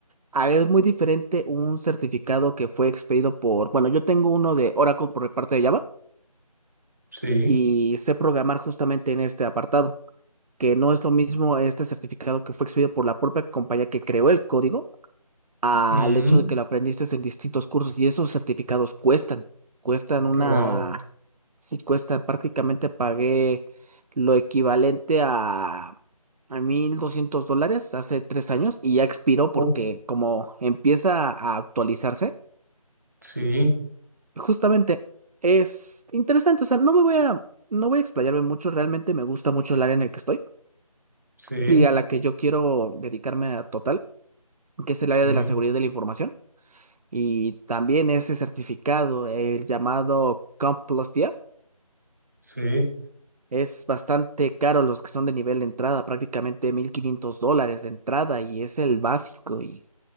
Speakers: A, on the right; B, on the right.
A: a- es muy diferente un certificado que fue expedido por, bueno, yo tengo uno de Oracle por parte de Java
B: sí,
A: y sé programar justamente en este apartado. que no es lo mismo este certificado que fue exhibido por la propia compañía que creó el código al
B: mm,
A: hecho de que lo aprendiste en distintos cursos y esos certificados cuestan, cuestan una,
B: oh,
A: sí cuestan, prácticamente pagué lo equivalente a, a 1.200 dólares hace tres años y ya expiró porque
B: uf,
A: como empieza a actualizarse,
B: sí,
A: justamente es interesante, o sea, no me voy a, no voy a explayarme mucho, realmente me gusta mucho el área en el que estoy.
B: sí,
A: y a la que yo quiero dedicarme a total, que es el área
B: sí,
A: de la seguridad de la información. Y también ese certificado, el llamado CompTIA,
B: sí,
A: es bastante caro los que son de nivel de entrada, prácticamente 1.500 dólares de entrada y es el básico. Y